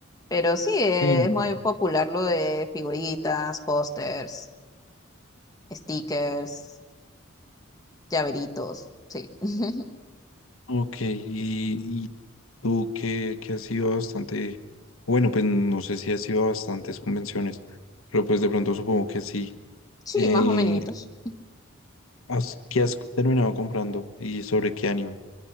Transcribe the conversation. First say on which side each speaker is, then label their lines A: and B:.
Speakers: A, on the left; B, on the left.
A: Pero sí, eh,
B: sí, no.
A: es muy
B: no.
A: popular lo de figuritas, pósters, stickers, llaveritos, sí. <laughs>
B: Ok, y, y tú que, que has ido a bastante, bueno, pues no sé si has ido a bastantes convenciones, pero pues de pronto supongo que sí.
A: Sí,
B: Eh,
A: más o menos.
B: has- ¿qué has terminado comprando y sobre qué anime?